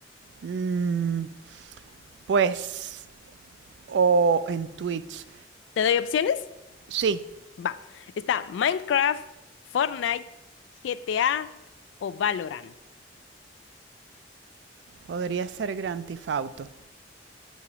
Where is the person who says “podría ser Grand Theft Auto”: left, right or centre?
Right